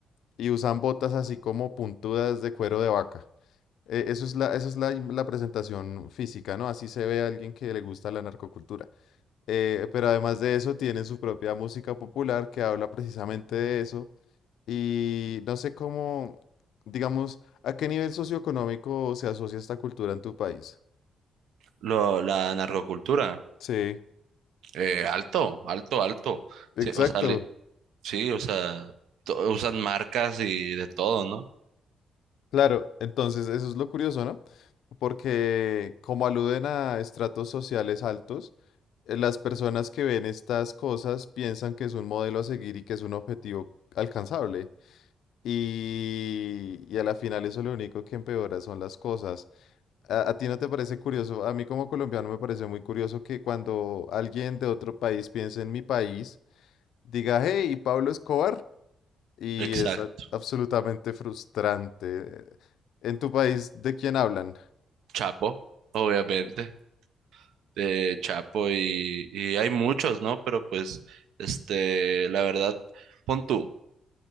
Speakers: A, on the left; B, on the right.
A: y usan botas así como puntudas de cuero de vaca. Eh, eso es la, eso es la, la presentación física, ¿no? Así se ve a alguien que le gusta la narcocultura. Eh, pero además de eso, tienen su propia música popular que habla precisamente de eso. Y no sé cómo, digamos, a qué nivel socioeconómico se asocia esta cultura en tu país.
B: Lo, la narcocultura.
A: Sí.
B: Eh, alto, alto, alto.
A: Exacto,
B: Sí, o sea, li- Sí, o sea, to- usan marcas y de todo, ¿no?
A: claro. Entonces, eso es lo curioso, ¿no? Porque como aluden a estratos sociales altos, eh, las personas que ven estas cosas piensan que es un modelo a seguir y que es un objetivo alcanzable. Y, y a la final eso lo único que empeora son las cosas. ¿A, a ti no te parece curioso? A mí como colombiano me parece muy curioso que cuando alguien de otro país piense en mi país, diga, hey, Pablo Escobar. y
B: Exacto.
A: es a- absolutamente frustrante. ¿En tu país de quién hablan?
B: Chapo, obviamente, de Chapo y, y hay muchos, ¿no? Pero pues, este, la verdad, pon tú,